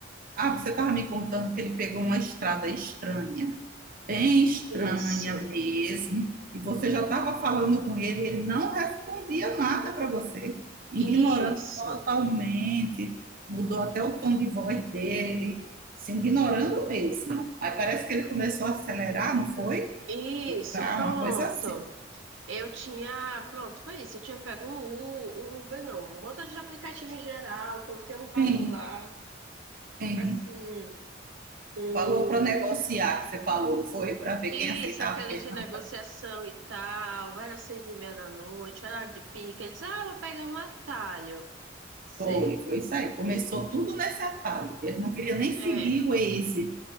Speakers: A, on the right (about 50°); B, on the right (about 85°).
A: Ah, você estava me contando que ele pegou uma estrada estranha. bem estranha
B: Isso,
A: mesmo. E você já estava falando com ele, e ele não respondia nada para você, ignorando
B: isso.
A: totalmente, mudou até o tom de voz dele, se ignorando mesmo. Aí parece que ele começou a acelerar, não foi?
B: Isso,
A: Tá,
B: pronto.
A: uma coisa assim.
B: Eu tinha, pronto, foi isso. Eu tinha pego um U, um Uber, não, um motor de aplicativo em geral, coloquei um valor
A: Sim,
B: lá,
A: sim.
B: assim, um.
A: Falou para negociar, que você falou, não foi? Para ver
B: Isso,
A: quem aceitava,
B: aquela
A: quem
B: de
A: não.
B: negociação e tal, era seis e meia da noite, horário de pique. Eles, ah, vou pegar um atalho. Sei.
A: Foi, foi isso aí. Começou tudo nesse atalho. Ele não queria nem
B: É.
A: seguir o Waze.